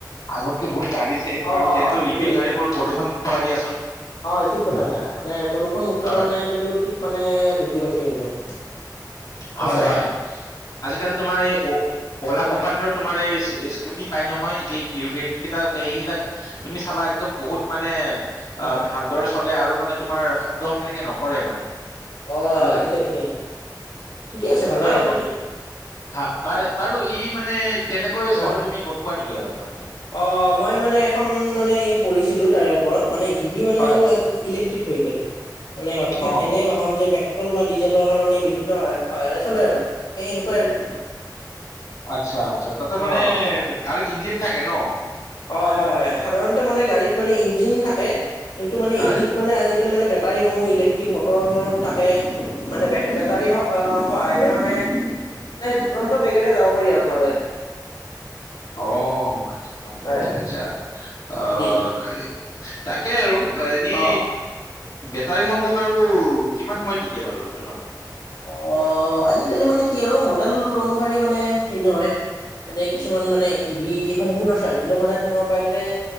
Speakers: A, on the left; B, on the left.
A: আগতকে বহুত বাঢ়িছে
B: অ
A: আৰু
B: অ
A: যিহেতু
B: বৃদ্ধি
A: ইভি
B: পাইছে
A: গাড়ীবোৰ প্ৰদূষণ মুক্ত হয় দিয়াচোন।
B: হয় ঠিক কথা কৈছা, মানে প্ৰদূষণ মুক্ত
A: হয়
B: কাৰণে কিন্তু ঠিক মানে বৃদ্ধি পাইছে কিন্তু। সঁচাই
A: হয় হয়, আজিকালি তোমাৰ এই অ-অ'লা
B: হয়
A: কোম্পানীটোত
B: হয়
A: তোমাৰ এই স্কুটি পাই নহয় সেইকেইটা সেইকেইটা তুমি চাবা একদম বহুত মানে
B: হয়
A: অ'
B: হয়
A: ভালদৰে চলে আৰু মানে তোমাৰ শব্দ
B: হয়
A: সেনেকে নকৰে মানে,
B: অ
A: ভাল লাগে।
B: ঠিকে ঠিকে ঠিকে আছে ভালে
A: বাৰু তুম
B: মানে
A: হা বাৰে বাৰু ই মানে কেনেকৈ
B: হয়
A: চলে তুমি গ'ম পোৱা নেকি অলপমান?
B: অ' মই মানে এখন মানে এই পঢ়িছিলো তাৰে ওপৰত মানে ই ভি মানে
A: হয়
B: হ'ল আজিকালি ইলেক্ট্ৰিক ভেহিকেল। মানে অৰ্থাৎ
A: অ
B: এনে বাহন যে তাক ট্ৰল বা ডিজেলৰ সলনি বিদ্যুতৰ স সহায়ৰে চলে আৰু, এই সেনেকুৱা আৰু।
A: আচ্ছা আচ্ছা, তাতে মানে
B: অ
A: গাড়ীত ইঞ্জিন থাকে ন'?
B: হয় হয় হয় সাধাৰণতে মানে গাড়ীত মানে ইঞ্জিন থাকে কিন্তু মানে
A: হয়
B: ইবিধ মানে আজিকালি মানে বে- টাৰি সমূহ, ইলেক্ট্ৰিক মটৰসহ থাকে। মানে বেটাৰী সহায়ৰে মানে, মানে দুৰন্ত বেগেৰে যাব পাৰি আৰু ভালে।
A: অ' আচ্ছা আচ্ছা
B: হয়
A: আচ্ছা আচ্ছা, আহ
B: ঠিকেই
A: তাৰে তাকে আৰু এ-নি
B: অ
A: বেটাৰীসমূহ বাৰু কিমান সময় টিকে বাৰু তোমাৰ?
B: অ্' আজিকালি মানে কি আৰু মডেল অনুসাৰি মানে ভিন্ন হয়। এনে কিছুমান মানে ইভি সম্পূৰ্ণ চাৰ্জ দিলে মানে তোমাৰ পাৰিলে